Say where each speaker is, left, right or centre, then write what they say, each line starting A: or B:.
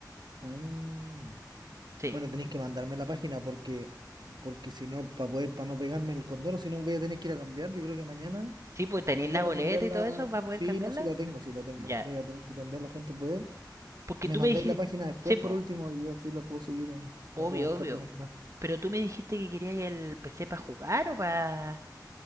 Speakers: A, on the right; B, on the right.
A: Ah.
B: Sí,
A: Bueno, tenéis que mandarme la página porque, porque si no, para poder, para no pegarme el condoro, si no voy a tener que ir a cambiar. Yo creo que mañana
B: sí, pues tenéis
A: voy
B: la boleta
A: a cambiar la.
B: y todo eso para poder
A: Sí,
B: cambiarla.
A: no, si la tengo, si la tengo.
B: Ya.
A: Voy a tener que cambiar la fuente de poder.
B: Porque
A: Me
B: tú
A: mandáis
B: me dijiste,
A: la página después
B: sí, pues,
A: por último y yo así la puedo seguir, eh,
B: obvio,
A: la puedo buscar
B: obvio.
A: para comprar.
B: Pero tú me dijiste que querías el PC para jugar o para...